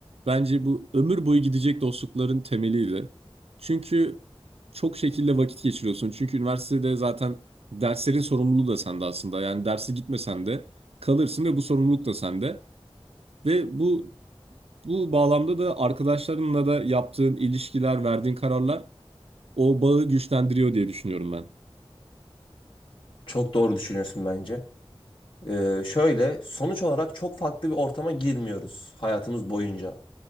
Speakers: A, on the right (about 75°); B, on the left (about 55°).
A: bence bu ömür boyu gidecek dostlukların temeliydi. Çünkü çok şekilde vakit geçiriyorsun. Çünkü üniversitede zaten derslerin sorumluluğu da sende aslında. Yani derse gitmesen de kalırsın ve bu sorumluluk da sende. Ve bu bu bağlamda da arkadaşlarınla da yaptığın ilişkiler, verdiğin kararlar o bağı güçlendiriyor diye düşünüyorum ben.
B: Çok doğru düşünüyorsun bence. Ee, şöyle sonuç olarak çok farklı bir ortama girmiyoruz hayatımız boyunca.